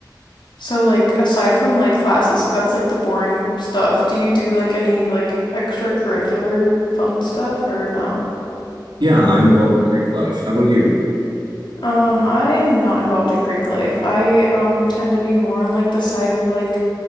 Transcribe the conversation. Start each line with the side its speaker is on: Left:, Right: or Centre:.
Left: So like aside from like classes, 'cause that's like the boring stuff. Do you do like any like extracurricular fun stuff or no?
Right: Yeah, I'm involved in Greek life. How about you?
Left: Um, I am not involved in Greek life. I um tend to be more on like the side of like